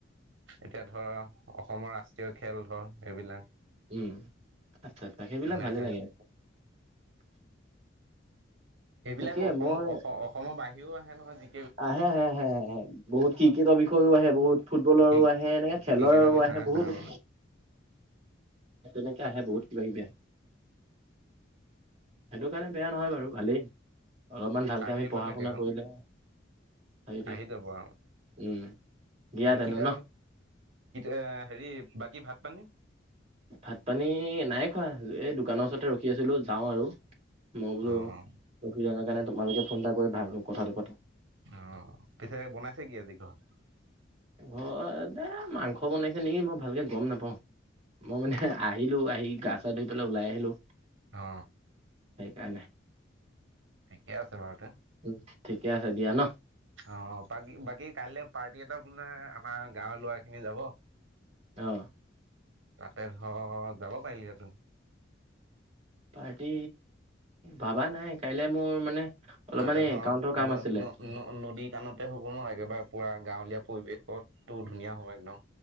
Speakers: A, on the right; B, on the right.
A: এতিয়া ধৰ অসমৰ ৰাষ্ট্ৰীয় খেল ধৰ এইবিলাক।
B: উম আচ্ছা আচ্ছা সেইবিলাক
A: তেনেকে
B: ভালে লাগে।
A: এইবিলাক
B: তাকে
A: অসম
B: মই
A: অসমৰ বাহিৰেও আহে নহয় জি।
B: আহে আহে আহে বহুত টিকেতৰ বিষয়েও আহে বহুত। ফুটবলৰো
A: কি
B: আহে এনেকে খেলৰো
A: ক্ৰিকেটৰ বিষয়ে
B: আহে বহুত।
A: অ
B: তেনেকে আহে বহুত কিবা কিবি আহে। সেইটো কাৰণে বেয়া নহয় বাৰু ভালেই অলপমান ভালকে
A: চাই থাকিব
B: আমি পঢ়া
A: লাগে
B: শুনা
A: আৰু
B: কৰিলে সেইটোৱে
A: আহি জাব আও।
B: উম, দিয়া তেনে
A: কিতাপ
B: ন
A: এ হেৰি বাকী ভাত পানী।
B: ভাত পানী নাই খোৱা এ দোকানৰ ওচৰতে ৰখি আছিলো যাওঁ আৰু মই বোলো
A: অ অ
B: ৰখি থাকা কাৰণে তোমালকে ফোন এটা কৰি ভালকৈ কথাটো পাতো।
A: অ পিছে বনাইছে কি আজি ঘৰত?
B: ঘৰতে মাংস বনাইছে নেকি? মই ভালকে গম নাপাওঁ। মই মানে আহিলো আহি গা চা ধুই পেলাই ওলাই আহিলো।
A: অ।
B: সেইকাৰণে
A: ঠিকে আছে বাৰু তে
B: উম, ঠিকে আছে দিয়া ন
A: অ বাকী বাকী কাইলৈ পাৰ্টি এটা বোলে আমাৰ গাঁৱৰ লৰা খিনি যাব
B: আহ
A: তাতে ধ যাব পাৰিলি ত
B: পাৰ্টি ভাবা নাই কাইলে মোৰ মানে অলপ
A: তাতে
B: মানে
A: ধৰক
B: একাউণ্টৰ কাম
A: ন
B: আছিলে।
A: নদীত <unintelligible> হ'ব একেবাৰে পুৰা গাঁৱলীয়া পৰিৱেশতো ধুনীয়া হ'ব একদম